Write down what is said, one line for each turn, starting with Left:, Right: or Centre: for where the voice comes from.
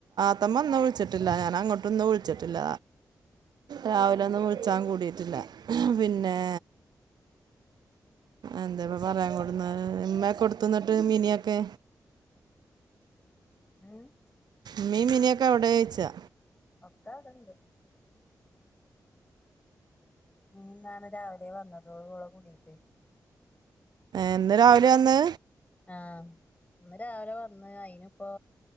Right: താത്തമ്മ ഒന്നും വിളിച്ചിട്ടില്ല ഞാൻ അങ്ങോട്ടൊന്നും വിളിച്ചിട്ടില്ല രാവിലെ ഒന്നും വിളിച്ചാൻ കൂടിയിട്ടില്ല പിന്നെ എന്താപ്പ പറയാൻ കൊടുന്ന് ഇമ്മക്കെ കൊടുത്തുന്നിട്ട് മിനിയൊക്കെ
Left: ഉം
Right: മ്മീ മിനിയൊക്കെ അവിടെ വെച്ചാ.
Left: ഒക്കെ അവിടെണ്ട്. ഇന്നാണ് രാവിലെ വന്നത് ഓളടെ കുടിപ്പോ യോക്കണ്.
Right: എന്ന് രാവിലെ വന്ന്.
Left: ആഹ് ഇന്ന് രാവിലെ വന്ന് അയിന് ഇപ്പൊ